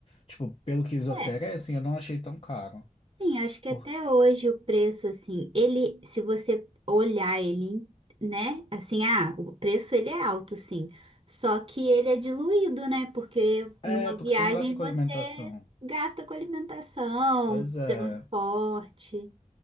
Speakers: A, on the left (about 45°); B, on the right (about 45°).
A: Tipo, pelo que eles oferecem,
B: é.
A: eu não achei tão caro.
B: Sim, acho que
A: Por-
B: até hoje o preço, assim, ele, se você olhar ele, né, assim, ah, o preço ele é alto, sim, só que ele é diluído, né, porque
A: é,
B: numa
A: porque
B: viagem
A: você não gasta com
B: você
A: alimentação.
B: gasta com alimentação,
A: Pois é.
B: transporte,